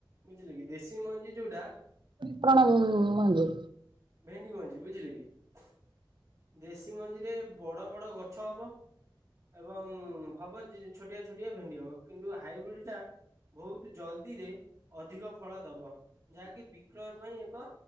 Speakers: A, on the right; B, on the right.
A: ବୁଝିଲେ କି ଦେଶୀ ମଞ୍ଜି ଯୋଉଟା
B: ପ ପ୍ରଣମ୍ ମଞୁ।
A: ଭେଣ୍ଡି ମଞ୍ଜି ବୁଝିଲେ କି ଦେଶୀ ମଞ୍ଜିରେ ବଡ ବଡ ଗଛ ହବ। ଏବଂ ହବ ଯି ଛୋଟିଆ ଛୋଟିଆ ଭେଣ୍ଡି ହବ କିନ୍ତୁ ହାଇବ୍ରିଡ ଟା ବହୁତ ଜଲ୍ଦିରେ ଅଧିକ ଫଳ ଦବ ଯାହାକି ବିକ୍ରୟ ପାଇଁ ଏକ